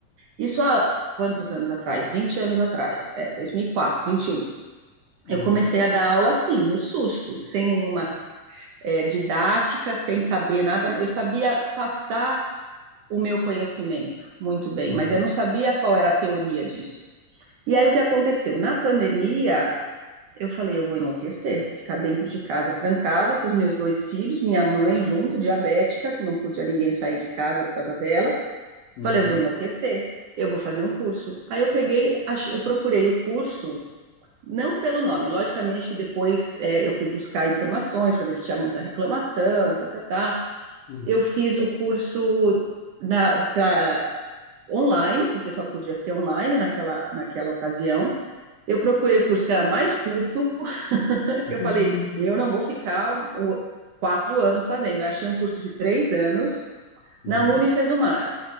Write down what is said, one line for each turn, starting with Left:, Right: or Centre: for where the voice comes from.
Right: isso há quantos anos atrás? 20 anos atrás, é, 2004, 21.
Left: uhum,
Right: Eu comecei a dar aula assim, no susto, sem nenhuma, é, didática, sem saber nada. Eu sabia passar o meu conhecimento muito bem,
Left: uhum,
Right: mas eu não sabia qual era a teoria disso. E aí, o que aconteceu? Na pandemia, eu falei, eu vou enlouquecer, ficar dentro de casa trancado com os meus dois filhos, minha mãe junto, diabética, que não podia ninguém sair de casa por causa dela.
Left: uhum,
Right: Falei, eu vou enlouquecer, eu vou fazer um curso. Aí eu peguei, ach- eu procurei o curso, não pelo nome, logicamente que depois é, eu fui buscar informações para ver se tinha muita reclamação, tá, tá, tá.
Left: uhum,
Right: Eu fiz o curso na, pra- online, porque só podia ser online naquela, naquela ocasião. Eu procurei o curso que era mais curto,
Left: <laughs>
Right: eu falei, eu não vou ficar um, o- quatro anos fazendo. Eu achei um curso de três anos
Left: uhum,
Right: na Unicesumar.